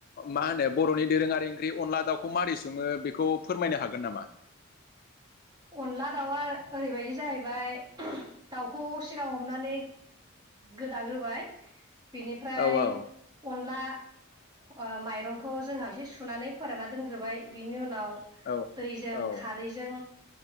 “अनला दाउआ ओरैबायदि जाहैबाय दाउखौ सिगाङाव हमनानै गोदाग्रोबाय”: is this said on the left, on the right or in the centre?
Right